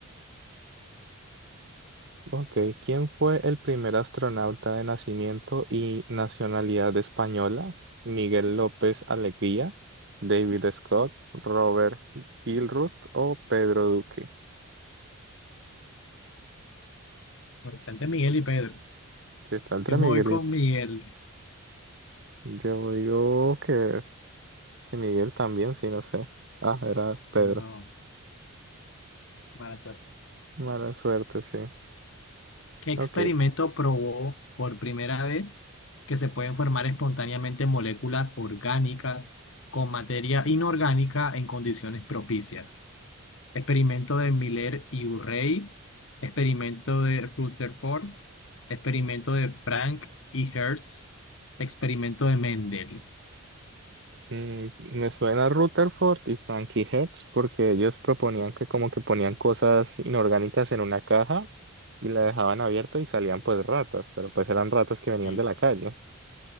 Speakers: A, on the right; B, on the left.
A: Ok, ¿quién fue el primer astronauta de nacimiento y nacionalidad española? ¿Miguel López Alegría, David Scott, Robert Gilruth o Pedro Duque?
B: Bastante Miguel y Pedro.
A: Si está entre
B: Yo
A: Miguel
B: me voy con Miguel.
A: y... Yo digo que, que Miguel también, sí, no sé. Ah, era Pedro.
B: No, mala suerte.
A: Mala suerte, sí.
B: ¿Qué experimento
A: Ok,
B: probó por primera vez que se pueden formar espontáneamente moléculas orgánicas con materia inorgánica en condiciones propicias? Experimento de Miller y Urey, experimento de Rutherford, experimento de Frank y Hertz, experimento de Mendel.
A: mm, me suena Rutherford y Frankie Hertz porque ellos proponían que como que ponían cosas inorgánicas en una caja y la dejaban abierta y salían pues ratas, pero pues eran ratas que venían
B: Sí.
A: de la calle.